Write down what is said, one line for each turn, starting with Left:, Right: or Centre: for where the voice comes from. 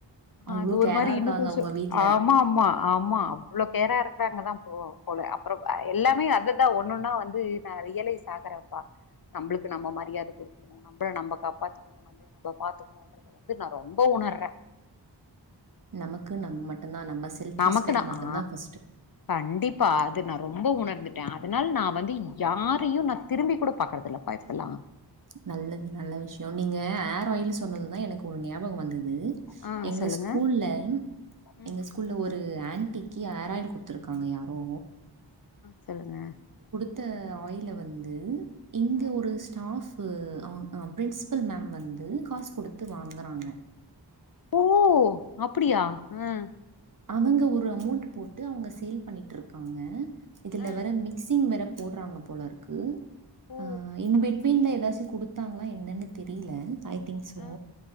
Left: அ
Right: அவ்ளோ
Left: அது ஒரு
Right: கேரா
Left: மாரி
Right: இருக்காங்க
Left: இன்னு கொஞ்சோ
Right: உங்க வீட்ல.
Left: ஆமாம்மா ஆமா அவ்ளோ கேரா இருக்காங்கதா ஓ போல அப்பறோ எல்லாமே அததா ஒண்ணொன்னா வந்து நா ரியலைஸ் ஆகுறேம்பா நம்ளுக்கு நம்ம மரியாத குடுக்கணு நம்மல நம்ம கப்பாத்திக்கனு நம்மள நம்ம பாத்துக்கனுன்றத வந்து நா ரொம்பவு உணர்றே
Right: நமக்கு நம்ம மட்டுந்தா நம்ம செல்ஃப்
Left: நமக்குன்னா
Right: ரெஸ்பெக்ட் மட்டும்
Left: ஆ
Right: தான் ஃபர்ஸ்ட்டு.
Left: கண்டிப்பா அது நா ரொம்ப உணர்ந்துட்டே அதுனால நா வந்து யாரையு நா திரும்பி கூட பாக்குறது இல்லப்பா இப்பல்லா
Right: நல்லது நல்ல விஷயோ நீங்க ஆர் ஆயில்னு சொன்னதுதா எனக்கு ஒரு ஞாபகோ வந்துது து
Left: ஆ
Right: எங்க
Left: சொல்லுங்க
Right: ஸ்கூல்ல
Left: ம்
Right: எங்க ஸ்கூல்ல ஒரு ஆன்டி க்கி ஆர் ஆயில் குடுத்துருக்காங்க யாரோ
Left: சொல்லுங்க
Right: த்த ஆயில வந்து இங்க
Left: ஆ
Right: ஒரு ஸ்டாஃப் உப்பு அவ அ பிரின்சிபல் மேம் வந்து காஸ் குடுத்து வாங்குறாங்க
Left: ஆ ஓ அப்டியா ம்
Right: அவுங்க ஒரு அமௌண்ட் போட்டு அவுங்க சேல் பண்ணிட்ருக்காங்க இதுல
Left: ஆ
Right: வேற மிக்சிங் வேற போட்றாங்க போலருக்கு
Left: ஓ
Right: அ இன்பிட்வீன்ல எ எதாச்சு குடுத்தாங்களா என்னன்னு தெரியில ஐ திங்க் சோ
Left: ஆ